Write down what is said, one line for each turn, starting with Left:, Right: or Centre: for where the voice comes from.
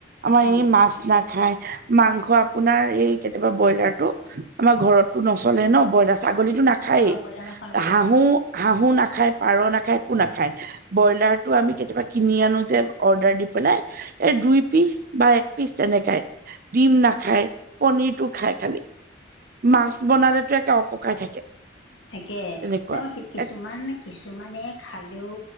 Right: আমাৰ
Left: অঁ
Right: ই মাছ নাখায় মাংস আপোনাৰ এই কেতিয়াবা ব্ৰইলাৰ ো আমাৰ ঘৰতটো নচলে ন ব্ৰইলাৰ ছাগলীতটো নাখায়েই
Left: অঁ ব্ৰইলাৰ মাংস নচলে
Right: হাহো হাহো নাখায় পাৰ নাখায় একো নাখায় ব্ৰইলাৰতটো আমি কেতিয়াবা কিনি আনো যে অৰ্ডাৰ দি পেলাই এই দুই পিচ বা এক পিচ তেনেকাই ডিম নাখায় পনিৰটো খায় খালি মাছ বনালেতো একে অককাই থাকে
Left: থাকে
Right: তেনেকুৱা।
Left: ন কিছুমান
Right: এক
Left: কিছুমানে খালেও